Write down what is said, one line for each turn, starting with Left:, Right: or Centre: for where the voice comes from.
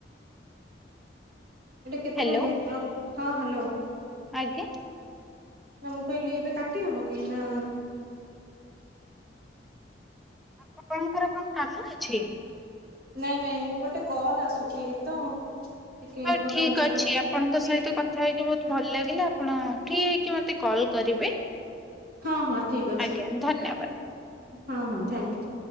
Right: ଏଇଟା କେତେ
Centre: ହ୍ୟାଲୋ
Right: ମିନିଟ ର ହଁ ହାଲୋ।
Centre: ଆଜ୍ଞା।
Right: ନା ମୁଁ କହିଲି ଏବେ କାଟି ହବ କି ନା
Centre: ଆପଣଙ୍କର କଣ କାମ ଅଛି?
Right: ନାଇଁ ନାଇଁ ଗୋଟେ କଲ୍ ତ ଆସୁଛି ତ ଟିକେ ଇମ୍ପୋଟାଣ୍ଟ
Centre: ହଉ ଠିକ ଅଛି
Right: ଥିଲା।
Centre: ଆପଣଙ୍କ ସହିତ କଥା ହେଇକି ବହୁତ୍ ଭଲ ଲାଗିଲା ଆପଣ ଫ୍ରି ହେଇକି ମତେ କଲ୍ କରିବେ।
Right: ହଁ ହଁ ଠିକ ଅଛି
Centre: ଆଜ୍ଞା
Right: ହଁ
Centre: ଧନ୍ୟବାଦ।
Right: ହଁ ଥ୍ୟାଙ୍କୟୁ।